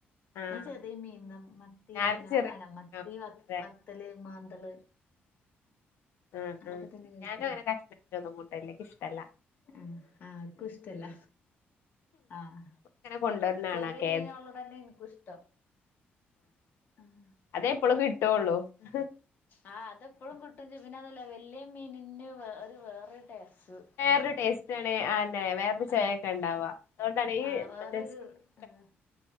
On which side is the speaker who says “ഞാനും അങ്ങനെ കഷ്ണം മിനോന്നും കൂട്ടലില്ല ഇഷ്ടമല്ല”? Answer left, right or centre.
Left